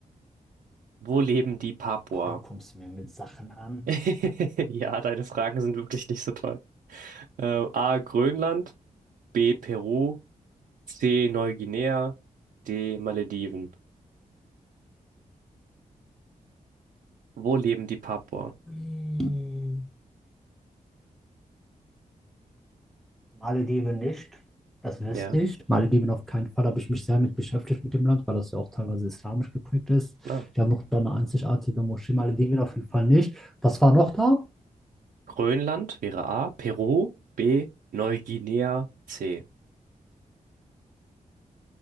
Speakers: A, on the right (about 70°); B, in the centre.
A: Wo leben die Papua?
B: Boah, du kommst mir mit Sachen an.
A: <laughs> Ja, deine Fragen sind wirklich nicht so toll. Ähm, A. Grönland, B. Peru, C. Neuguinea, D. Malediven. Wo leben die Papua?
B: Hm, Malediven nicht, das wüsste
A: Ja.
B: ich. Malediven auf keinen Fall, Da habe ich mich sehr mit beschäftigt mit dem Land, weil das ja auch teilweise islamisch geprägt ist.
A: Ah.
B: Die haben noch da eine einzigartige Moschee. Malediven auf jeden Fall nicht. Was war noch da?
A: Grönland wäre A, Peru, B, Neuguinea, C.